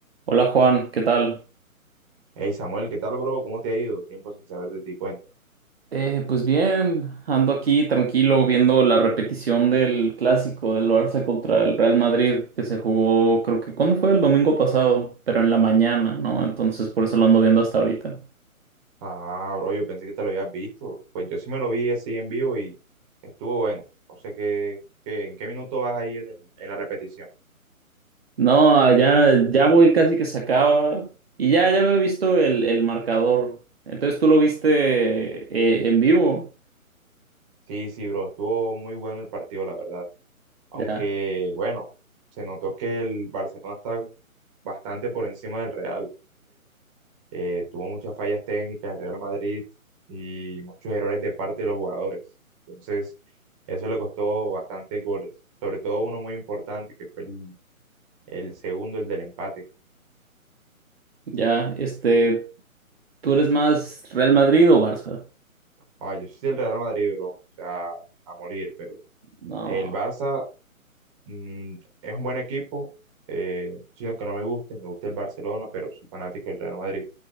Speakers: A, on the right; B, on the right.
A: Hola Juan, ¿qué tal?
B: Hey Samuel, ¿qué tal, bro? ¿Cómo te ha ido? Tiempo sin saber de ti, cuenta.
A: Eh, pues bien, ando aquí tranquilo viendo la repetición del clásico del Barça contra el Real Madrid que se jugó, creo que, ¿cuándo fue? El domingo pasado, pero en la mañana, ¿no? Entonces por eso lo ando viendo hasta ahorita.
B: Ah, bro, yo pensé que te lo habías visto. Pues yo sí me lo vi así en vivo y estuvo bueno. No sé qué, qué- en qué minuto vas ahí en el- en la repetición.
A: No, ya, ya voy casi que se acaba y ya, ya había visto el, el marcador. Entonces tú lo viste eh, en vivo,
B: Sí, sí, bro, estuvo muy bueno el partido, la verdad. Aunque,
A: ya,
B: bueno, se notó que el Barcelona estaba como bastante por encima del Real. eh, tuvo muchas fallas técnicas el Real Madrid y muchos errores de parte de los jugadores. Entonces, eso le costó bastantes goles, sobre todo uno muy importante que fue el, el segundo, el del empate.
A: ya, este, ¿tú eres más Real Madrid o Barça?
B: Ah, yo soy del Real Madrid, bro, o sea, a morir, pero
A: No.
B: el Barça mm, es un buen equipo, eh, sino que no me guste, me gusta el Barcelona, pero soy fanático del Real Madrid.